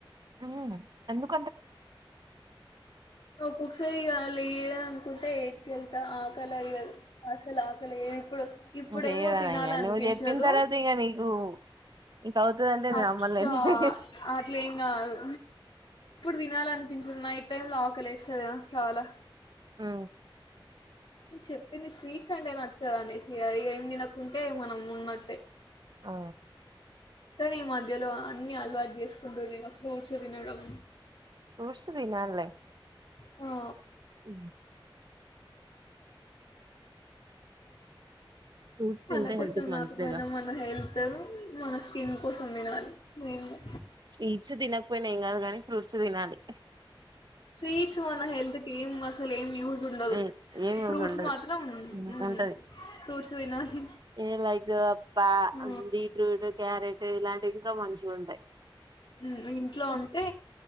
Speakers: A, on the right (about 55°); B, on the left (about 70°).
A: అవునా ఎందుకు
B: ఒక్కొక్కసారిగా లేట్ కుంటా ఏట్కెళ్తా ఆ ఆకలి వెయ్యదు అసలు అసలు ఏ ఇప్పుడు ఇప్పుడేమో
A: ఇంకేయదానా
B: తినాల
A: ఇంగ
B: అనిపించదు
A: నువ్వు చెప్పిన తర్వాత ఇంగ నీకు ఇంక అవుతదంటే నేను
B: అక్క
A: నమ్మలేనులే
B: అట్లే ఏం కాదు తినాలి అనిపించదు నైట్ టైమ్ లాకలేస్తుద చాలా
A: ఆ
B: చెప్పింది స్వీట్స్ అంటే నచ్చాద అనేసి ఇకం తినకుంటే మనం ఉన్నట్టే
A: ఆ
B: కానీ ఈ మధ్యలో అన్ని అలవాటు చేసుకుంటూ నేను కూర్చో తినడం
A: ఫ్రూట్స్ తినాలే
B: ఆ
A: అ ఫ్రూట్స్ తింటే
B: మన కోసం
A: హెల్త్ కి
B: గాకపోయినా
A: మంచిదేగా
B: మన హెల్త్ త్ మన స్కిన్ కోసం తీనాలే మెయిన్గా
A: స్వీట్స్ తినకపోయినా ఏం కాదు కానీ ఫ్రూట్స్ తినాలి
B: స్వీట్ మన్న హెల్త్ కి ఏం మ అసలు ఏం యూస్ ఉండదు
A: ఉమ్ ఏం యూజ్
B: ఫ్రూట్స్
A: ఉండదు
B: మాత్రం ఊ
A: ఉంటది
B: ఫ్రూట్స్ తినాలి
A: ఏ లైక్ పా
B: ఆ
A: బీట్రూటు క్యారెట్ ఇలాంటివి ఇంకా మంచిగా ఉంటాయి
B: ఉ ఇంట్లో ఉంటే